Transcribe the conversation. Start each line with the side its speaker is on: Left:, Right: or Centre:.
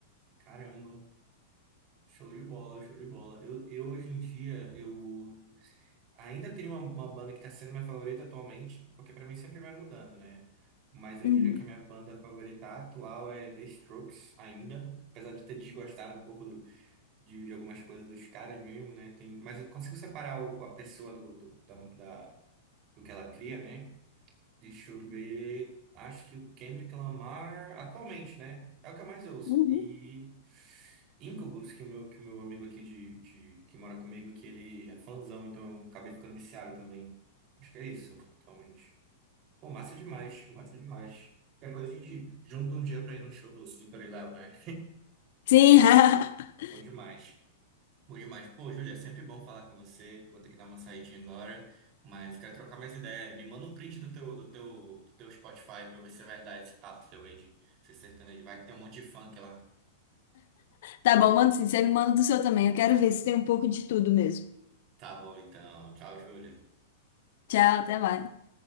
Right: Caramba, show de bola, show de bola. Eu, eu hoje em dia, eu ainda tenho uma, uma banda que tá sendo minha favorita atualmente, porque pra mim sempre vai mudando, né? Mas eu
Left: Uhum.
Right: diria que a minha banda favorita atual é The Strokes, ainda. Apesar de ter desgostado um pouco do, de, de algumas coisas dos caras mesmo, né? Tem, mas eu consigo separar o- a pessoa do, do, da, da- do que ela cria, né? Deixa eu ver. Acho que o Kendrick Lamar, atualmente, né? É o que eu mais ouço.
Left: Uhum.
Right: E Incubus, que o meu, que o meu amigo aqui de, de, que mora comigo, que ele é fãzão, então eu acabei ficando viciado também. Acho que é isso, atualmente. Pô, massa demais, massa demais. Qualquer coisa a gente junta um dia pra ir no show do Slippery Léo, né?
Left: Sim, <laughs>
Right: Bom demais. Bom demais. Pô, Júlia, é sempre bom falar com você. Vou ter que dar uma saidinha agora, mas quero trocar mais ideia. Me manda um print do teu, do teu, do teu Spotify pra eu ver se é verdade esse papo teu aí de ser sertanejo. Vai que tem um monte de funk lá.
Left: tá bom, manda sim. Você me manda do seu também. Eu quero ver se tem um pouco de tudo mesmo.
Right: Tá bom, então. Tchau, Júlia.
Left: Tchau, até mais.